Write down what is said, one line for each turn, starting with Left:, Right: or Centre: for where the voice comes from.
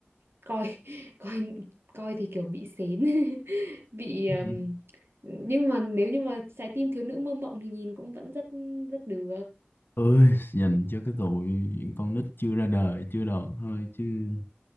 Right: coi <laughs> coi coi thì kiểu bị sến <laughs> bị ừm,
Left: <laughs>
Right: nhưng mà nếu như mà trái tim thiếu nữ mơ mộng thì nhìn cũng vẫn rất rất được
Left: Ừ. ơi dành cho cái tụi những con nít chưa ra đời chưa đòn thôi chứ